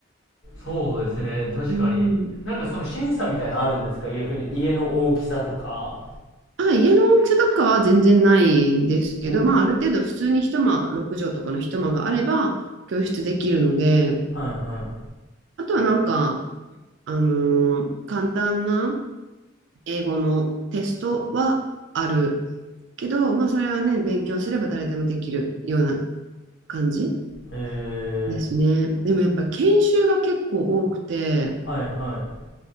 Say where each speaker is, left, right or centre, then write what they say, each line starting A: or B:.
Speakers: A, on the left (about 70°); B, on the right (about 65°).
A: そうですね。確かに。
B: うん。
A: なんかその審査みたいなのあるんですか逆に家の大きさとか。
B: あ、家の大きさとかは全然ないんですけど、
A: うーん。
B: まあ、ある程度普通に一間、
A: は
B: 六畳とかの一間があれば教室できるので、
A: いは
B: あとはなんか、あのー簡単な英語のテストはあるけど、まあ、それはね、勉強すれば誰でもできるような感じ
A: い。へえ
B: ですね。でもやっぱ研修が結構多くて、
A: ー、はいはい。